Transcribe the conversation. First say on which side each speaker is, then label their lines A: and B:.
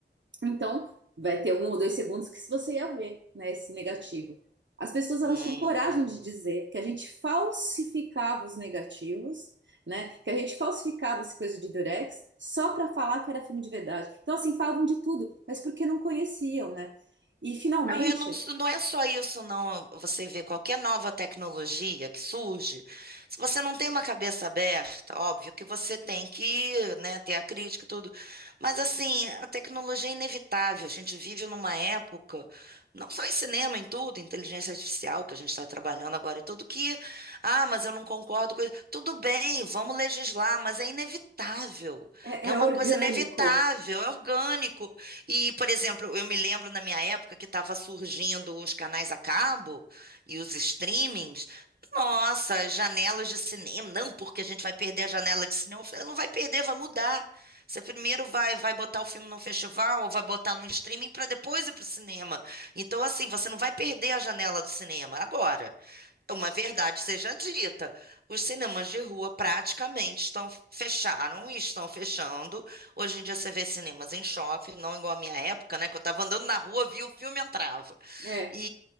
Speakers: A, on the right; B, on the right.
A: então, vai ter um ou dois segundos que se você ia ver, né, esse negativo. As pessoas elas
B: Hum.
A: tinham coragem de dizer que a gente falsificava os negativos, né, que a gente falsificava essa coisa de Durex só para falar que era filme de verdade. Então, assim, falavam de tudo, mas porque não conheciam, né? E finalmente
B: Não, eu não, não é só isso, não. Você vê qualquer nova tecnologia que surge, se você não tem uma cabeça aberta, óbvio que você tem que, né, ter a crítica e tudo. Mas, assim, a tecnologia é inevitável. A gente vive numa época, não só em cinema, em tudo, inteligência artificial, que a gente está trabalhando agora e tudo, que, ah, mas eu não concordo com isso. Tudo bem, vamos legislar, mas é inevitável.
A: é,
B: É
A: é
B: uma
A: orgânico,
B: coisa inevitável, é orgânico. E, por exemplo, eu me lembro na minha época que estava surgindo os canais a cabo e os streamings. Nossa, janelas de cinema. Não, porque a gente vai perder a janela de cinema. Eu falei, não vai perder, vai mudar. Você primeiro vai, vai botar o filme num festival ou vai botar num streaming para depois ir para o cinema. Então, assim, você não vai perder a janela do cinema agora. Uma verdade seja dita, os cinemas de rua praticamente estão fecharam e estão fechando. Hoje em dia você vê cinemas em shopping, não igual a minha época, né? Que eu estava andando na rua, via o filme, entrava.
A: é.
B: E,